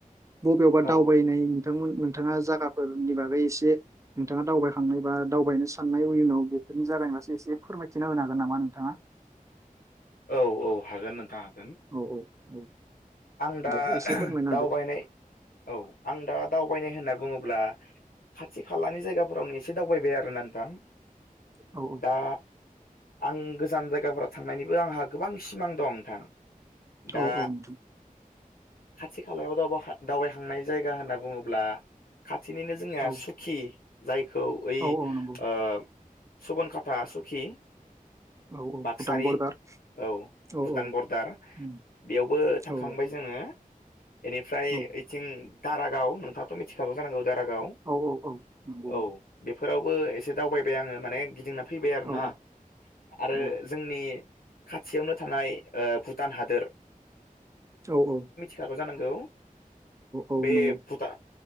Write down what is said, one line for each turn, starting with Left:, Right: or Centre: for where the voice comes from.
Right: बबेयावबा
Left: औ
Right: दावबायनाय नु नोंथांमोन नोंथाङा जायाफोरनि बागै एसे नोंथाङा दावबायखांनाय बा दावबायनो साननाय उयुनाव बेफोरनि जागायब्लासो एसे फोरमायथिना होनो हागोन नामा नोंथाङा?
Left: औ औ हागोन नोंथाङ।
Right: औ औ औ
Left: आं दा
Right: बेखौ एसे फोरमायना होदो
Left: दावबायनाय औ आं दा दावबायनाय होनना। बुङोब्ला खाथि खालानि जायगाफोरावनो एसे दावबाय आरोना नोंथां।
Right: औ
Left: दा आं गोजान जायगाफोराव थांनायनिबो आंहा गोबां सिमां दं नोंथां। दा
Right: औ औ नोंथां
Left: खाथि खालायाव दावबायखा दावबायखांनाय जायगा होनना बुङोब्ला खा थिनिनो जोंना
Right: औ
Left: सुखि जाय खौ ओइ
Right: औ औ नंगौ
Left: ओ सुबन खाथा सुखि
Right: औ औ
Left: बाक्सानि
Right: भुटान बरदार
Left: औ
Right: औ
Left: भुटान
Right: औ
Left: बरदार
Right: उम
Left: बेयावबो थांखांबाय
Right: औ
Left: जोङो। एनिफ्राय
Right: औ
Left: ओइथिं दाराग गाव नोंथाथ मिथिखागौ जानांगौ। दारागाव
Right: औ औ औ नंगौ
Left: औ बे फोरावबो एसे दावबाय आङो माने गिदिंना- फैबाय आरोना
Right: औ
Left: आरो
Right: औ
Left: जोंनि- खाथियावनो थानाय ओ भुटान हादोर।
Right: औ औ
Left: दाबो जानांगौ।
Right: औ
Left: बे
Right: नंगौ
Left: भुटा